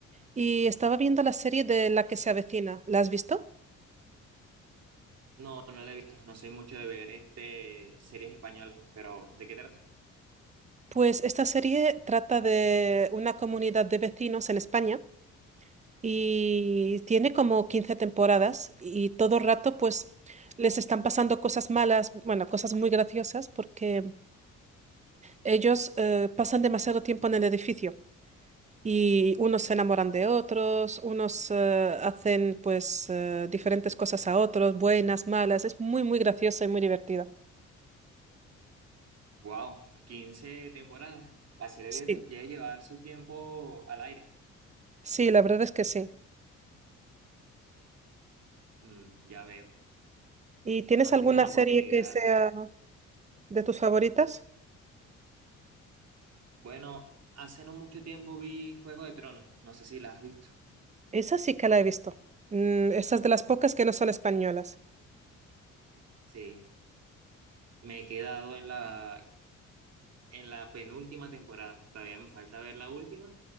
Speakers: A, on the right; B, on the right.
A: y estaba viendo la serie de La que se avecina. ¿La has visto?
B: No, no la he visto, no soy mucho de ver este, series españolas, pero ¿de qué trata?
A: Pues esta serie trata de una comunidad de vecinos en España y tiene como 15 temporadas y todo el rato pues les están pasando cosas malas, bueno, cosas muy graciosas porque Ellos eh, pasan demasiado tiempo en el edificio y unos se enamoran de otros, unos eh, hacen pues eh, diferentes cosas a otros, buenas, malas. Es muy, muy graciosa y muy divertida.
B: Wow, 15 temporadas. La serie
A: Sí,
B: de- debe llevar su tiempo al aire.
A: sí, la verdad es que sí.
B: Mm, ya veo.
A: ¿Y tienes
B: No has
A: alguna
B: tenido la oportunidad
A: serie que sea de tus favoritas?
B: Bueno, hace no mucho tiempo vi Juego de Tronos, no sé si la has visto.
A: Esa sí que la he visto. Mm, esa es de las pocas que no son españolas.
B: Sí, me he quedado en la, en la penúltima temporada, todavía me falta ver la última